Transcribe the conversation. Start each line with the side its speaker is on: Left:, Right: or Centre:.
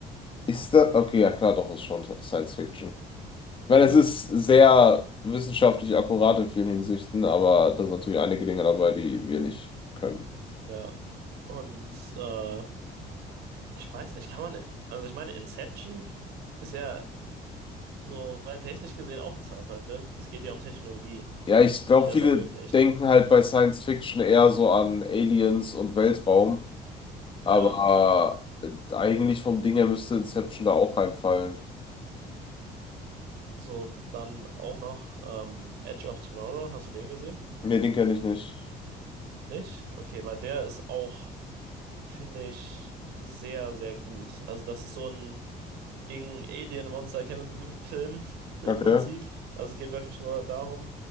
Left: Ist das? Okay, ja klar, doch, ist schon Science-Fiction. Ich
Right: Ja,
Left: meine, es ist sehr wissenschaftlich akkurat in vielen Hinsichten, aber da sind natürlich einige Dinge dabei, die wir nicht können.
Right: ja. Und äh, ich weiß nicht, kann man, also ich meine, Inception ist ja so rein technisch gesehen auch ein Sci-Fi-Film. Es geht ja um Technologie,
Left: Ja, ich glaube,
Right: die das
Left: viele
Right: ermöglicht.
Left: denken halt bei Science-Fiction eher so an Aliens und Weltraum, aber
Right: Ja,
Left: äh, eigentlich vom Ding her müsste Inception da auch reinfallen.
Right: so dann auch noch ähm, Edge of Tomorrow. Hast du den gesehen?
Left: Nee, den kenne ich nicht.
Right: Nicht? Okay, weil der ist auch, finde ich, sehr, sehr gut. Also das ist so ein gegen Alien-Monster kämpfen Film <laughs> im
Left: Okay,
Right: Prinzip. Also es geht wirklich nur darum,